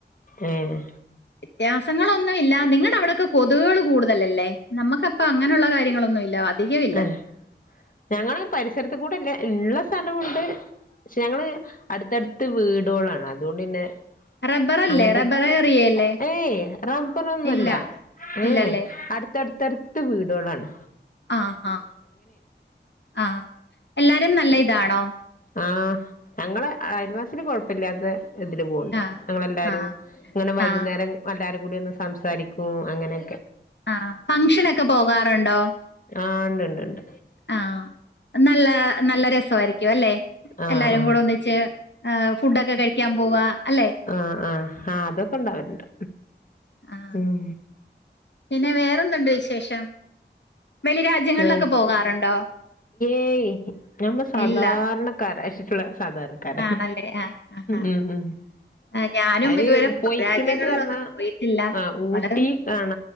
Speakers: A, on the left (about 50°); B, on the left (about 75°).
A: ഏഹ്
B: വ്യത്യാസങ്ങളൊന്നുമല്ല നിങ്ങടെ അവിടൊക്കെ കൊതുകുകൾ കൂടുതലല്ലേ നമുക്ക് അപ്പ അങ്ങനെയുള്ള കാര്യങ്ങളൊന്നും ഇല്ല അധികം ഇല്ല
A: ഏഹ് ഞങ്ങളും പരിസരത്ത് കൂടെല്ലേ ള്ള സ്ഥലമുണ്ട് പക്ഷെ ഞങ്ങള് അടുത്തടുത്ത് വീടൊള്ളാണ് അതുകൊണ്ട്ന്നെ
B: റബ്ബറല്ലേ
A: അങ്ങനത്തെ
B: റബ്ബർ ഏറിയല്ലേ
A: ഏയ് റബ്ബറൊന്നുംല്ല
B: ഇല്ല ഇല്ലല്ലേ
A: ഏയ് അടുത്തടുത്തടുത്ത് വീടൊള്ളാണ്
B: ആഹ ആഹ ആഹ് എല്ലാരും നല്ല ഇതാണോ
A: ആഹ ഞങ്ങള് അയൽവാസികൾ കൊഴപ്പില്ലാത്ത ഇതില് പോണ്ട്
B: ആഹ്
A: ഞങ്ങളെല്ലാരും
B: ആഹ്
A: ഇങ്ങനെ വൈകുന്നേരം
B: ആഹ്
A: എല്ലാവരും കൂടി ഒന്ന് സംസാരിക്കും അങ്ങനെ
B: ആ ഫങ്ഷനൊക്കെ പോകാറുണ്ടോ
A: ആ ണ്ട് ണ്ട് ണ്ട്
B: ആഹ നല്ല നല്ല രസായിരിക്കും അല്ലെ
A: ആഹ്
B: എല്ലാരും
A: ആഹ്
B: കൂടെ ഒന്നിച്ച് ഫുഡൊക്കെ കഴിക്കാൻ പോവ അല്ലെ
A: ആഹ ആഹ് ആ് അതൊക്കെ ഇണ്ടാവലുണ്ട്
B: ആഹ്
A: ഉം
B: പിന്നെ വേറെതുണ്ട് വിശേഷം വെളി രാജ്യങ്ങളിലൊക്കെ
A: ഏഹ്
B: പോകാറുണ്ടോ
A: ഏയ് ഞമ്മ സാധാരണക്കാരച്ചിട്ടുള്ള
B: ഇല്ല
A: സാധാരണക്കാരൻ
B: ആണല്ലേ ആഹ് ആഹ്
A: ഉം ഉം
B: ആഹ് ഞാനും
A: അയിന്
B: ഇതുവരെ
A: പോയിക്കണത്ർണ
B: രാജ്യങ്ങളിലൊന്നും പോയിട്ടില്ല
A: ആ
B: നമ്മള്
A: ഊട്ടി കാണ